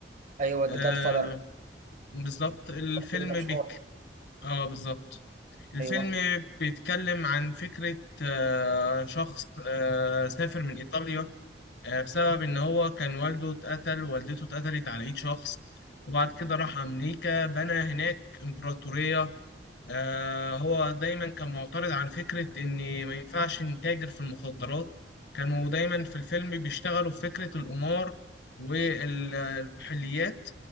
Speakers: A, on the right; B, on the left.
A: أيوة The
B: آه
A: Godfather
B: بالظبط الفيلم
A: فيلم مشهور
B: بيك آه بالظبط الفيلم
A: أيوة
B: بيتكلم عن فكرة آه شخص آه سافر من إيطاليا آه بسبب إن هو كان والده اتقتل والدته اتقتلت على إيد شخص وبعد كده راح أمريكا بنى هناك إمبراطورية آه هو دايما كان معترض على فكرة إن ما ينفعش نتاجر في المخدرات كانوا دايما في الفيلم بيشتغلوا في فكرة القمار والكحوليات